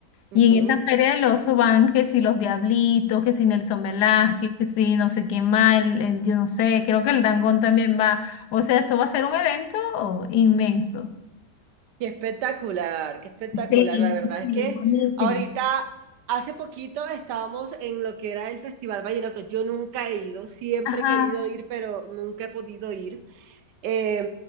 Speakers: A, on the right (about 80°); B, on the left (about 75°).
A: Ujú.
B: Y en esa feria del oso van que si los Diablitos, que si Nelson Velázquez, que si no sé quién más, el- el- yo no sé, creo que el Dangond también va. O sea, eso va a ser un evento inmenso.
A: Qué espectacular, qué espectacular.
B: Sí,
A: La verdad
B: sí,
A: es que
B: buenísimo.
A: ahorita, hace poquito estábamos en lo que era el Festival Vallenato. Yo nunca he ido, siempre
B: Ajá.
A: he querido ir, pero nunca he podido ir. Eh,